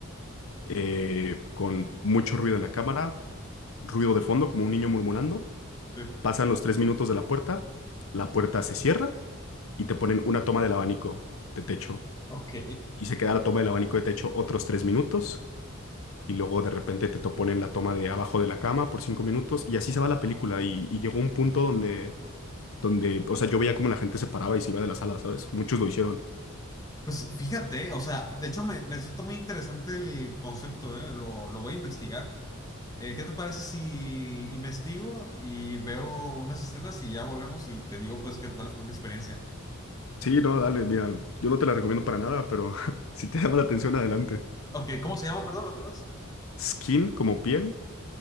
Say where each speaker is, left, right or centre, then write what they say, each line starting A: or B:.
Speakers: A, on the left; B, on the left.
A: eh, con mucho ruido en la cámara, ruido de fondo como un niño murmurando.
B: Sí.
A: Pasan los tres minutos de la puerta, la puerta se cierra y te ponen una toma del abanico de techo.
B: Ok.
A: Y se queda la toma del abanico de techo otros tres minutos. Y luego de repente te to- ponen la toma de abajo de la cama por cinco minutos. Y así se va la película. Y, y llegó un punto donde, donde, o sea, yo veía cómo la gente se paraba y se iba de la sala, ¿sabes? Muchos lo hicieron.
B: Pues fíjate, o sea, de hecho me, me resulta muy interesante el concepto, ¿eh? Lo, lo voy a investigar. Eh, ¿qué te parece si investigo y veo unas escenas y ya volvemos y te digo, pues, qué tal fue mi experiencia?
A: Sí, no, dale, mira, yo no te la recomiendo para nada, pero <laughs> si te llama la atención, adelante.
B: Ok, ¿cómo se llama? Perdón, otra vez.
A: Skin como piel,